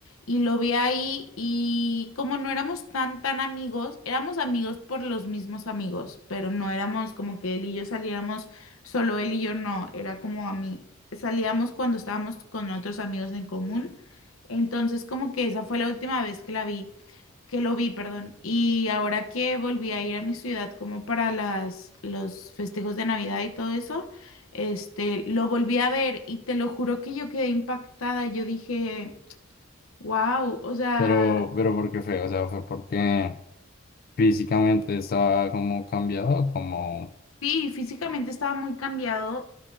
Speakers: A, on the left; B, on the left.
A: y lo vi ahí y como no éramos tan, tan amigos, éramos amigos por los mismos amigos, pero no éramos como que él y yo saliéramos Solo él y yo no, era como a mí. Salíamos cuando estábamos con otros amigos en común. Entonces, como que esa fue la última vez que la vi, que lo vi, perdón. Y ahora que volví a ir a mi ciudad como para las, los festejos de Navidad y todo eso, este, lo volví a ver y te lo juro que yo quedé impactada. Yo dije, wow, o sea,
B: Pero, pero ¿por qué fue? O sea, ¿fue porque físicamente estaba como cambiado, como
A: Sí, físicamente estaba muy cambiado